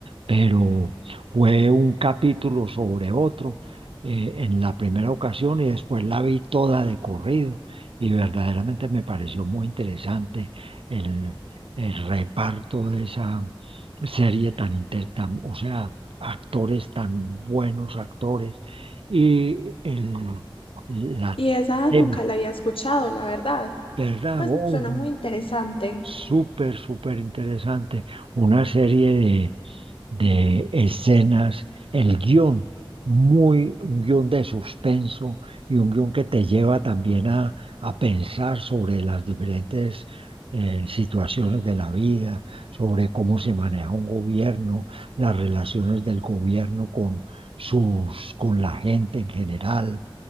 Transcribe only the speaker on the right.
pero fue un capítulo sobre otro eh, en la primera ocasión y después la vi toda de corrido y verdaderamente me pareció muy interesante el, el reparto de esa serie tan, inter- tan, o sea, actores tan buenos, actores y el la
tema,
¿verdad?
Oh,
súper, súper interesante. Una serie de, de escenas, el guión, muy, un guión de suspenso y un guión que te lleva también a, a pensar sobre las diferentes eh, situaciones de la vida, sobre cómo se maneja un gobierno, las relaciones del gobierno con sus, con la gente en general